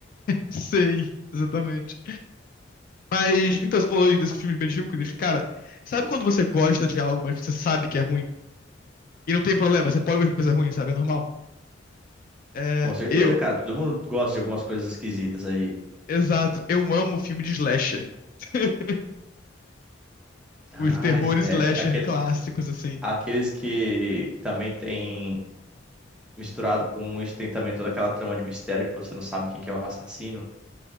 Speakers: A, on the left; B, in the centre.
A: Sim, exatamente. Mas, então, você falou aí desses filmes medíocres. Cara, sabe quando você gosta de algo, mas você sabe que é ruim? E não tem problema, você pode gostar de coisa ruim, sabe? É normal. É,
B: Com certeza,
A: eu,
B: cara. Todo mundo gosta de algumas coisas esquisitas aí.
A: exato, eu amo filme de slasher. <laughs>
B: Ah,
A: Os terrores
B: slasher.
A: slasher
B: Aquele,
A: clássicos, assim.
B: Aqueles que também tem misturado com isso, tem também toda aquela trama de mistério que você não sabe quem que é o assassino.